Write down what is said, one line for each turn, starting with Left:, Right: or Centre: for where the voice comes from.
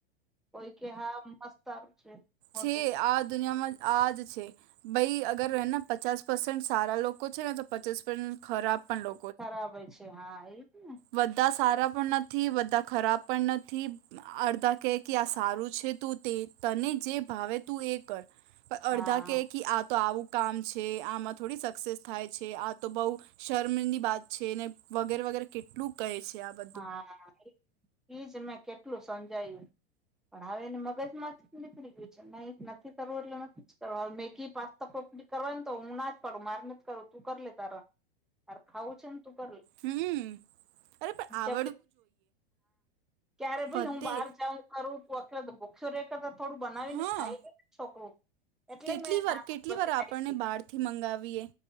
Centre: કોઈ કે હા મસ્ત હારુ છે. હોટલ
Right: છે આ દુનિયામાં આજ છે. ભાઈ અગર એને પચાસ પરસેન્ટ સારા લોકો છે. ને તો પચાસ પરસેન્ટ ખરાબ પણ લો
Centre: ખરાબ હોય છે હા એ જ ને
Right: બધા સારા પણ નથી બધા ખરાબ પણ નથી અડધા કે કે આ સારું છે તું તે તને જે ભાવે તું એ કર પણ
Centre: હા
Right: અર્ધા ક કે આ તો આવું કામ છે આમાં થોડી સક્સેસ થાય છે. આ તો બઉ શર્મની વાત છે ને. વગેરે વગેરે કેટલું કહે છે આ બ
Centre: હા એજ મેં કેટલું સમજાયું પણ આવે ને મગજ મા નીકરી ગયું છે નહી નથી કરવું એટલે નથી કરવું હવે મેગી પા પપડી કરવા ને તો હું ના જ પાડું માર ને જ કરું તું કરી લે તારા તાર ખાવું છે ને તું કરી લ
Right: હમ અરે પર આવ
Centre: <inaudible> ક્યારે ભાઈ
Right: બધે
Centre: હું બાર હ કરું ત અખ ભોખ્યો રેખતા થોડું બનાવી
Right: હા
Centre: ને ખાઈને છોકરું એટલે
Right: કેટલી
Centre: મેં એને
Right: વાર
Centre: આદત
Right: કેટલી
Centre: બતાયવી
Right: વાર આપણને બહાર થી મંગાવીએ